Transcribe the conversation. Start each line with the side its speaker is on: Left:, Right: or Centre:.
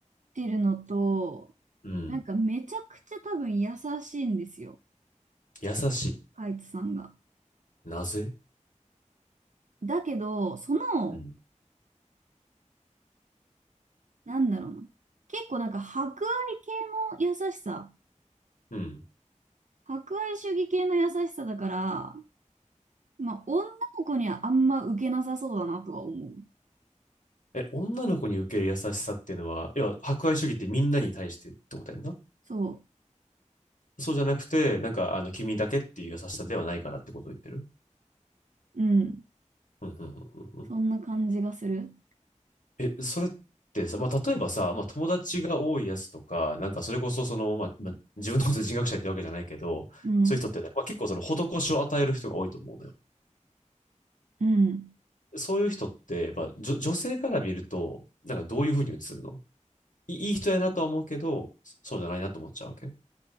Right: てるのと、
Left: うん。
Right: なんかめちゃくちゃ多分優しいんですよ。
Left: 優し
Right: カイツさんが。
Left: い。なぜ
Right: だけど、その、
Left: うん。
Right: なんだろうな。結構なんか博愛系の優しさ。
Left: うん。
Right: 博愛主義系の優しさだから、まあ、女の子にはあんま受けなさそうだなとは思う。
Left: え、女の子に受ける優しさっていうのは、要は、博愛主義ってみんなに対してってことやんな
Right: そ
Left: そうじゃなくて、なんか、あの、君だけっていう優しさではないからってことを言ってる
Right: う。うん。
Left: うん、うん、うん、
Right: そんな感じがする。
Left: うえ、それってさ、まあ、例えばさ、まあ、友達が多いやつとか、なんかそれこそその、まあ、まあ、自分のこと人格者ってわけじゃないけど、
Right: うん。
Left: そういう人ってね、まあ、結構その施しを与える人が多いと思うのよ。
Right: うん。
Left: そういう人って、まあ、じょ女性から見ると、なんかどういうふうに映るのい、いい人やなとは思うけど、そうじゃないなと思っちゃうわけへ